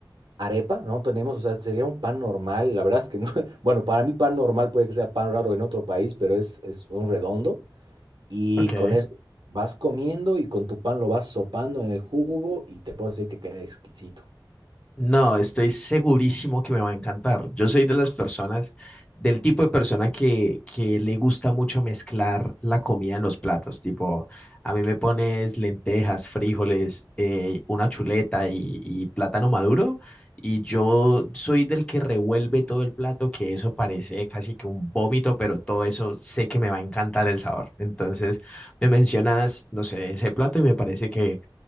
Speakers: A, on the right; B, on the left.
A: arepa, no tenemos, o sea, sería un pan normal. La verdad es que no. <laughs> Bueno, para mí pan normal puede que sea pan raro en otro país, pero es, es un redondo. Y
B: ok.
A: con eso vas comiendo y con tu pan lo vas sopando en el jugo y te puedo decir que queda exquisito.
B: No, estoy segurísimo que me va a encantar. Yo soy de las personas, del tipo de persona que, que le gusta mucho mezclar la comida en los platos. Tipo, a mí me pones lentejas, frijoles, eh, una chuleta y, y plátano maduro. Y yo soy del que revuelve todo el plato, que eso parece casi que un vómito, pero todo eso sé que me va a encantar el sabor. Entonces, me mencionas, no sé, ese plato y me parece que